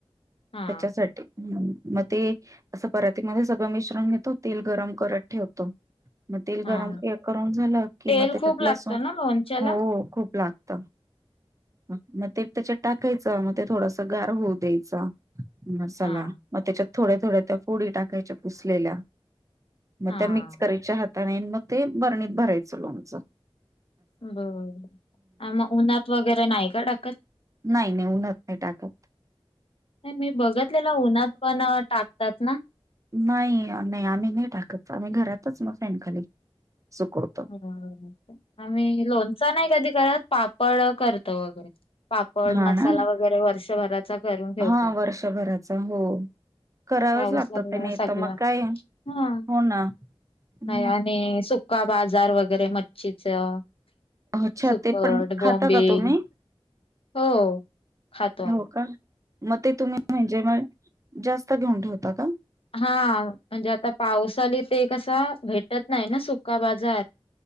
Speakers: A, on the left; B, on the right.
A: हा
B: त्याच्यासाठी मग ते असं परातीमध्ये सगळं मिश्रण घेतो तेल गरम करत ठेवतो. तेल
A: हा
B: गरम करून झालं की
A: तेल
B: मग त्याच्यात
A: खूप लागतं
B: लसूण
A: ना लोणच्याला?
B: हो हो खूप लागतं क्तंम मंग ते त्यांच्यात टाकायचं मंग ते थोडंसं गांर होऊं द्यायचं मसांला
A: हा
B: मंग त्यांच्यात थोड्यां थोड्यां त्यां फोडी टाकांयच्या पुसलेल्या मंग
A: हा
B: त्यां मिक्स करांयच्या हातांने मंग ते बरणीत भरांयचं लोंणचं
A: बरं मंग उन्हांत वगैरें नाहीं कां टाकतं
B: नाहीं नाहीं उन्हांच नाहीं टाकतं
A: नाहीं मी बघितलेला उन्हांत पणं टाकतांत नां
B: नाहीं नाहीं आम्हीं नाहीं टाकतं आम्हीं घरांतच नां फॉन खांली सुंकू
A: हो आम्हीं लोणचं नाहीं कधीं करतं पापड करतो वगैरें पापड
B: हा
A: मसांला
B: ना
A: वगैरें वर्षभरांचा करूंन ठेवतो
B: हा वर्षभराचा हो करावंच
A: पाऊस
B: लागतं
A: लागंला
B: ते नाही
A: सगळं
B: तर मग काय
A: हां
B: हो ना हम्म.
A: नाहीं आणि सुकां बाजांर वगैरें मच्छीचं
B: अच्छा
A: सुकटं
B: ते पण खाता
A: बोबीव
B: का तुम्ही
A: हो खांतो आम्हीं
B: हो का मग ते तुम्हीं म्हणजे मंग जास्तं घेऊंन ठेवतांत कां
A: हां म्हणजे आंता पावसाली ते कसां भेटतं नाहीं नां सुकां बाजांर